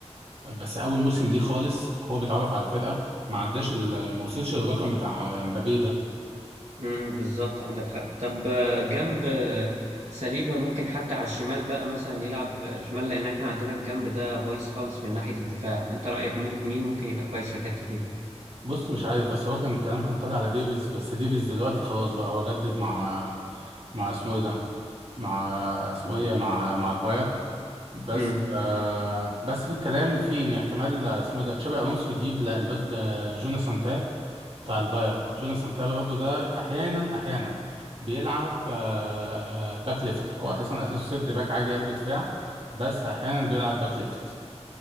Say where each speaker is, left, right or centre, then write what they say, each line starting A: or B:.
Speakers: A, on the right (about 60°); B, on the right (about 85°).
A: بس اول موسم ليه خالص هو بيتعرف على الفرقه ما عداش ال- ما وصلش للرقم بتاع مبابي ده
B: امم بالظبط عندك حق طب آه، جنب آه، سليبة ممكن حد على الشمال بقى مثلا يلعب آه، شمال لأن احنا عندنا الجنب ده بايظ خالص من ناحية الدفاع انت رأيك م- مين ممكن يبقى كويس في الحتة دي
A: بص مش عارف بس هو كان الكلام كان طالع على ديفيز بس ديفيز دلوقتي خلاص بقى هو جدد مع مع اسمه ايه ده مع اسمه ايه مع مع البايرن بس
B: امم
A: آه بس في الكلام في ان احتمال آه، اسمه ايه ده تشابي الونسو يجيب ل- الواد آه، جوناثان تاه بتاع البايرن جوناثان تاه برضه ده احيانا احيانا بيلعب آه باك ليفت هو اساسا اساسه سيرد باك عادي قلب دفاع بس احيانا بيلعب باك ليفت